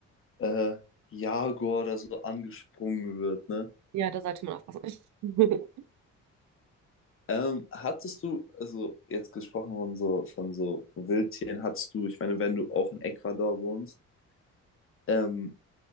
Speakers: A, on the left (about 45°); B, on the right (about 70°).
A: äh, Jaguar oder so angesprungen wird, ne?
B: ja, da sollte man aufpassen. <laughs>
A: Ähm, hattest du, also jetzt gesprochen von so, von so Wildtieren, hattest du, ich meine, wenn du auch in Ecuador wohnst, Ähm,